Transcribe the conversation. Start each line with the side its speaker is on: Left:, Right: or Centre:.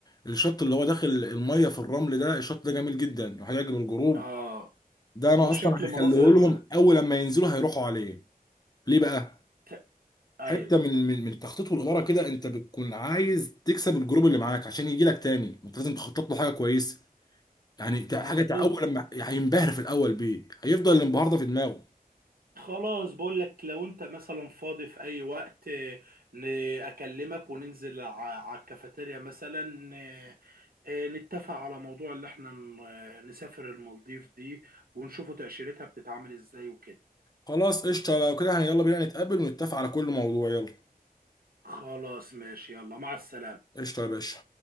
Left: الشط اللي هو داخل الميه في الرمل ده الشط ده جميل جدا وهيعجب الجروب
Right: اه
Left: ده انا
Right: وشكل
Left: اصلا هخليه
Right: مناظر
Left: لهم اول لما ينزلوا هيروحوا عليه ليه بقى
Right: ت... ايوه
Left: حته من من من التخطيط والاداره كده انت بتكون عايز تكسب الجروب اللي معاك عشان يجي لك تاني انت لازم تخطط له حاجه كويسه يعني تع-
Right: مظبوط
Left: حاجه تع- اول لما هينبهر في الاول بيك هيفضل الانبهار ده في دماغه
Right: خلاص بقول لك لو انت مثلا فاضي في اي وقت آه، ن- اكلمك وننزل على الكافيتيريا مثلا آه، آه، نتفق على موضوع اللي احنا ن- آه، نسافر المالديف دي ونشوفوا تأشيرتها بتتعامل ازاي وكده
Left: خلاص قشطه لو كده يعني يلا بينا نتقابل ونتفق على كل موضوع يلا
Right: خلاص ماشي يلا مع السلامة
Left: قشطه يا باشا